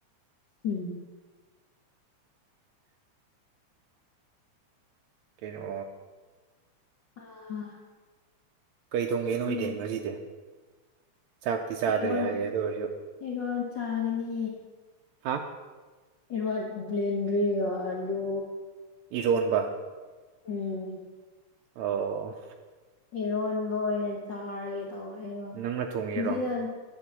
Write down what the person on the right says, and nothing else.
ꯀꯩꯅꯣ
ꯀꯩ ꯊꯣꯡꯒꯦ
ꯅꯣꯏꯗꯤ ꯉꯁꯤꯗꯤ ꯆꯥꯛꯇꯤ ꯆꯥꯗ꯭ꯔꯦ
ꯍꯥꯏꯌꯦ ꯑꯗꯨ ꯑꯣꯏꯔꯁꯨ
ꯍꯥ
ꯏꯔꯣꯟꯕ
ꯑꯣ
ꯅꯪꯅ ꯊꯣꯡꯉꯤꯔꯣ